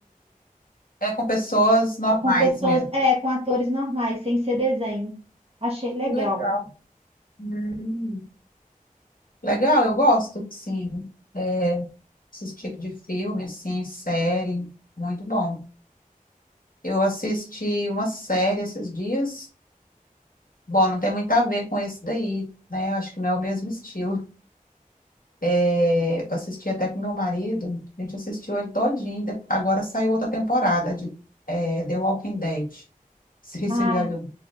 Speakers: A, on the left; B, on the right.
A: É com pessoas normais
B: Com pessoas,
A: mesmo.
B: é, com atores normais, sem ser desenho. Achei legal.
A: Que Legal. Hum, Legal, eu gosto, sim. É, esse tipo de filme, assim, série, muito bom. Eu assisti uma série esses dias. Bom, não tem muito a ver com esse daí, né? Acho que não é o mesmo estilo. É, eu assisti até com meu marido, a gente assistiu ele todinho, de- agora saiu outra temporada de é, The Walking Dead. <laughs> Não sei
B: Ah,
A: se você já viu.